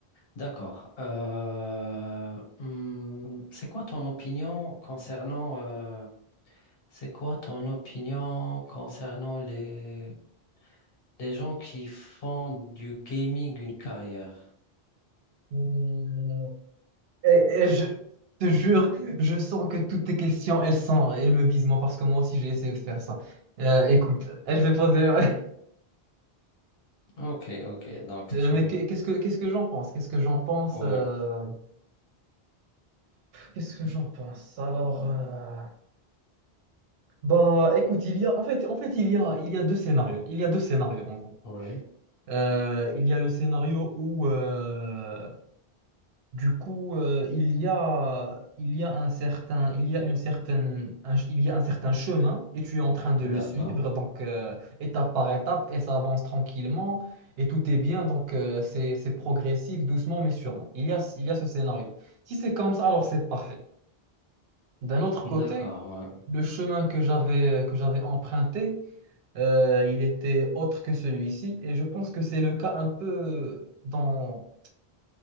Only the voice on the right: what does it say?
Mm. Et, et je te jure, je sens que toutes tes questions, elles sont, elles me visent moi, parce que moi aussi j'ai essayé de faire ça. Euh, écoute, je vais poser. <laughs>
Euh,
mais qu'est- qu'est-ce que qu'est-ce que j'en pense? Qu'est-ce que j'en pense?
euh, Qu'est-ce que j'en pense? Alors, euh, bah, écoute, il y a en fait, en fait, il y a il y a deux scénarios. Il y a deux scénarios en gros.
Euh, il y a le scénario où euh, Du coup, euh, il y a, il y a un certain, il y a une certaine, un ch- il y a un certain chemin et tu es en train de le
suivre, donc euh, étape par étape et ça avance tranquillement et tout est bien, donc euh, c'est, c'est progressif, doucement mais sûrement. Il y a, il y a ce scénario. Si c'est comme ça, alors c'est parfait. D'un autre
côté,
le chemin que j'avais, que j'avais emprunté, euh, il était autre que celui-ci et je pense que c'est le cas un peu dans